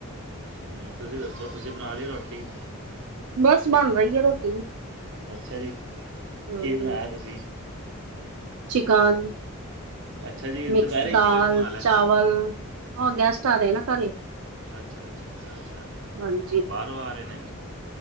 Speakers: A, on the right; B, on the right.
A: ਹਾਂ ਜ ਤੁਸੀਂ ਦੱਸੋ ਤੁਸੀਂ ਬਣਾ ਲਈਓ ਰੋਟੀ
B: ਬਸ ਬਣ ਰਹੀ ਹੈ ਰੋਟੀ ਵੀ
A: ਅੱਛਾ ਜੀ
B: ਹਾਂਜੀ
A: ਕੀ ਬਣਾਇਆ ਤੁਸੀਂ
B: ਚਿਕਨ
A: ਅੱਛਾ ਜੀ
B: ਮਿਕਸ
A: ਦੁਪਹਿਰੇ ਹੀ
B: ਦਾਲ
A: ਚਿਕਨ ਬਣਾ ਲਿਆ
B: ਚਾਵਲ ਆਹ ਗੈਸਟ ਆ ਇਹ ਨਾ ਕਰਾਲਲੀ
A: ਅੱਛਾ ਅੱਛਾ ਅੱਛਾ ਅੱਛਾ
B: ਹਾਂਜੀ।
A: ਬਾਹਰੋਂ ਆ ਰਹੇ ਨੇ